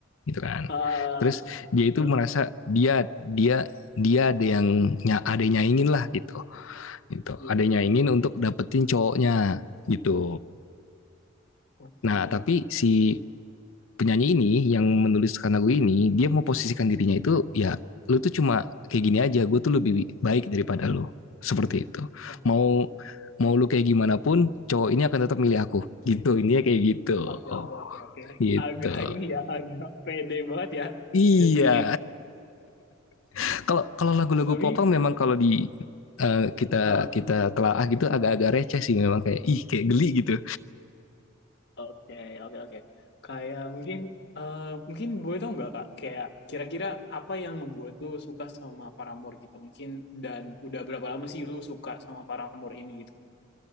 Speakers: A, on the left; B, on the left.
A: gitu kan
B: ah
A: terus dia itu
B: eh,
A: merasa dia dia dia ada yang nya ada yang nyaingin lah gitu gitu
B: iya,
A: ada yang
B: iya.
A: nyaingin untuk dapetin cowoknya gitu
B: Oke.
A: nah tapi si penyanyi ini yang menuliskan lagu ini dia mau posisikan dirinya itu ya lu tuh cuma kayak gini aja gue tuh lebih baik daripada lu seperti itu
B: Oke,
A: mau mau lu kayak gimana pun cowok ini akan tetap milih aku gitu ini kayak gitu oh,
B: oke, oke, oke, oke.
A: gitu
B: Agak ini ya, agak pede banget ya
A: iya
B: jatuhnya ya.
A: <laughs> kalau kalau lagu-lagu
B: Tapi,
A: popang memang kalau di eh, kita
B: eh,
A: kita telaah gitu agak-agak receh sih memang kayak ih kayak geli gitu
B: oke, oke, oke. Kayak mungkin, eh, mungkin boleh tau nggak Kak? Kayak kira-kira apa yang ngebuat tuh suka sama Paramore gitu? Mungkin dan udah berapa lama sih lu suka sama Paramore ini gitu?